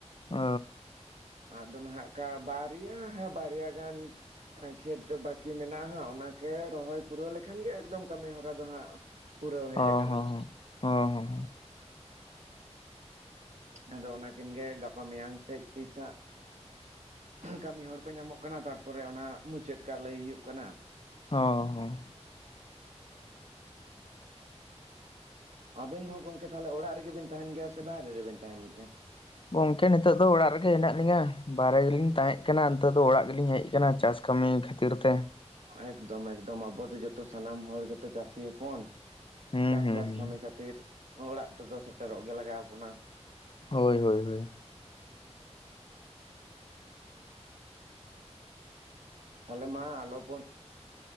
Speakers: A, on the left; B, on the right.
A: ᱚ
B: ᱟᱫᱚ ᱦᱟᱸᱜᱠᱟ ᱵᱟᱨᱭᱟ ᱦᱮᱸ ᱵᱟᱨᱭᱟ ᱜᱟᱱ ᱠᱷᱮᱛ ᱵᱟᱹᱠᱤ ᱢᱮᱱᱟᱜᱼᱟ ᱦᱟᱸᱜ ᱚᱱᱟᱠᱚ ᱨᱚᱦᱚᱭ ᱯᱩᱨᱟᱹᱣ ᱞᱮᱠᱷᱟᱱ ᱜᱮ ᱮᱠᱫᱚᱢ ᱠᱟᱹᱢᱤ ᱦᱚᱨᱟ ᱫᱚ ᱦᱟᱸᱜ᱾ ᱯᱩᱨᱟᱹᱣ ᱦᱮᱡ
A: ᱚ
B: ᱟᱠᱟᱱᱟ
A: ᱦᱚᱸ ᱦᱚᱸ ᱦᱚᱸ ᱦᱚᱸ ᱦᱚᱸ
B: ᱟᱫᱚ ᱚᱱᱟᱠᱤᱱ ᱜᱮ ᱜᱟᱯᱟ ᱢᱮᱭᱟᱝ ᱥᱮᱡ ᱛᱤᱥ ᱦᱟᱸᱜ᱾ ᱠᱟᱹᱢᱤ ᱦᱚᱲ ᱠᱚ ᱧᱟᱢᱚᱜ ᱠᱟᱱᱟ ᱛᱟᱨᱯᱚᱨᱮ ᱚᱱᱟ ᱢᱩᱪᱟᱹᱫ ᱠᱟᱜ ᱞᱟᱹᱭ ᱦᱩᱭᱩᱜ ᱠᱟᱱᱟ᱾
A: ᱦᱚᱸ ᱦᱚᱸ
B: ᱟᱵᱮᱱ ᱫᱚ ᱜᱚᱝᱠᱮ ᱛᱟᱞᱦᱮ ᱚᱲᱟᱜ ᱨᱮᱜᱮ ᱵᱤᱱ ᱛᱟᱸᱦᱮᱱ ᱜᱮᱭᱟ ᱥᱮ ᱵᱟᱦᱨᱮ ᱨᱤᱵᱤᱱ ᱛᱟᱸᱦᱮᱱ ᱜᱮᱭᱟ᱾
A: ᱜᱚᱝᱠᱮ ᱱᱤᱛᱚᱜ ᱫᱚ ᱚᱲᱟᱜ ᱨᱮᱜᱮ ᱦᱮᱱᱟᱜ ᱞᱤᱧᱟ, ᱵᱟᱦᱨᱮ ᱨᱮᱞᱤᱧ ᱛᱟᱦᱮᱸᱜ ᱠᱟᱱᱟ ᱱᱤᱛᱚᱜ ᱫᱚ ᱚᱲᱟᱜ ᱨᱮᱞᱤᱧ ᱦᱮᱡ ᱠᱟᱱᱟ ᱪᱟᱥ ᱠᱟᱹᱢᱤ᱾ ᱠᱷᱟᱛᱤᱨ ᱛᱮ
B: ᱮᱠᱫᱚᱢ ᱮᱠᱫᱚᱢ ᱟᱵᱚ ᱫᱚ ᱡᱚᱛᱚ ᱥᱟᱱᱟᱢ ᱦᱚᱲ ᱜᱮᱛᱚ ᱪᱟᱹᱥᱤ ᱦᱚᱯᱚᱱ᱾
A: ᱦᱩᱸ
B: ᱪᱟᱥᱵᱟᱥ
A: ᱦᱩᱸ ᱦᱩᱸ
B: ᱠᱟᱹᱢᱤ ᱠᱷᱟᱹᱛᱤᱨ ᱚᱲᱟᱜ ᱛᱮᱫᱚ ᱥᱮᱴᱮᱨᱚᱜ ᱜᱮ ᱞᱟᱜᱟᱣ ᱟᱵᱚᱱᱟ᱾
A: ᱦᱳᱭ ᱦᱳᱭ ᱦᱳᱭ
B: ᱛᱟᱦᱞᱮ ᱢᱟ ᱵᱚᱱ